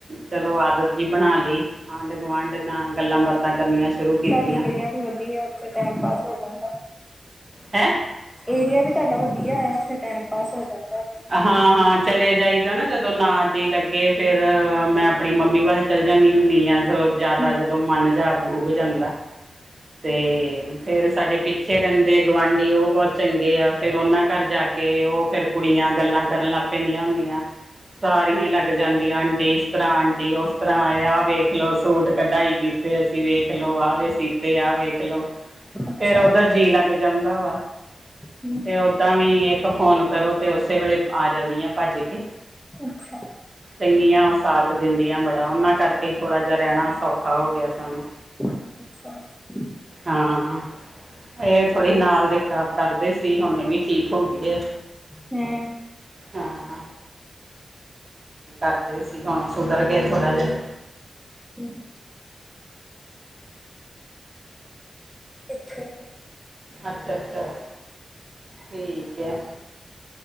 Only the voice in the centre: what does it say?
ਤੁਡੀ ਏਰੀਆ ਵੀ ਵਧੀਆ, ਉਥੇ ਟਾਈਮ ਪਾਸ ਹੋ ਜਾਂਦਾ।
ਏਰੀਆ ਵੀ, ਤੁਹਾਡਾ ਵਧੀਆ ਆ। ਉੱਥੇ ਟਾਈਮ ਪਾਸ ਹੋ ਜਾਂਦਾ।
ਹੂੰ,
ਅੱਛਾ।
ਹੂੰ,
ਅੱਛਾ।
ਅ <unintelligible>
ਹੂ,,,
ਹੂ,,, ਕਿੱਥੇ